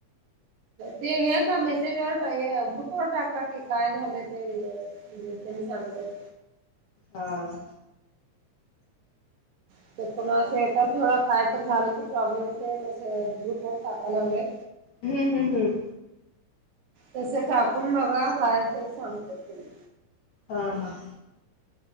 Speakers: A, on the right; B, on the left.
A: ते हे का मेसेज वर टा ग्रुप वर टाका की काय झालं ते. <unintelligible> मी सांगत.
B: हां.
A: <unintelligible> काय तर झालं की प्रॉब्लेम ग्रुप वर टाकाय लागले.
B: हम्म हम् हम्.
A: तस टाकून बघा काय तरी सांगतात तुम्ही.
B: हा हां.